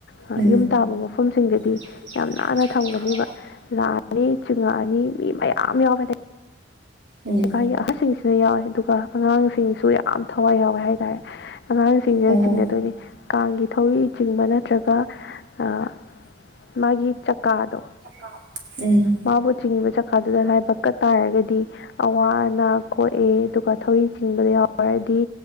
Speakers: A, on the left (about 60°); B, on the right (about 75°).
A: ꯑꯥ
B: ꯎꯝ
A: ꯌꯨꯝ ꯇꯥꯕ ꯃꯐꯝꯁꯤꯡꯗꯗꯤ
B: ꯆꯤꯡꯉꯛꯑꯅꯤ
A: ꯌꯥꯝ ꯅꯥꯟꯅ ꯊꯝꯒꯅꯤꯕ꯫ ꯂꯥꯛꯑꯅꯤ ꯆꯤꯡꯉꯛꯑꯅꯤ ꯃꯤ ꯃꯌꯥꯝ ꯌꯥꯎꯕꯗꯩ꯫
B: ꯎꯝ
A: ꯂꯩꯀꯥꯏꯒꯤ ꯑꯍꯜꯁꯤꯡꯁꯤꯅ ꯌꯥꯎꯋꯦ ꯑꯗꯨꯒ ꯑꯉꯥꯡꯁꯤꯡꯁꯨ ꯌꯥꯝ ꯊꯋꯥꯏ ꯌꯥꯎꯋꯦ ꯍꯥꯏꯇꯥꯔꯦ꯫ ꯑꯉꯥꯡꯁꯤꯡꯁꯤꯅ
B: ꯑꯣ
A: ꯆꯤꯡꯅꯗꯣꯏꯅꯤ ꯀꯥꯡꯒꯤ ꯊꯧꯔꯤ ꯆꯤꯡꯕ ꯅꯠꯇ꯭ꯔꯒ ꯑꯥ ꯃꯥꯒꯤ ꯆꯛꯀꯥꯗꯣ
B: ꯀꯥꯞ ꯎꯝ
A: ꯃꯥꯕꯨ ꯆꯤꯡꯉꯤꯕ ꯆꯀꯥꯗꯨꯗ ꯂꯥꯏꯕꯛ ꯀꯠꯇꯥꯔꯒꯗꯤ ꯑꯋꯥ ꯑꯅꯥ ꯀꯣꯛꯑꯦ ꯑꯗꯨꯒ ꯊꯧꯔꯤ ꯆꯤꯡꯕꯗ ꯌꯥꯎꯔꯗꯤ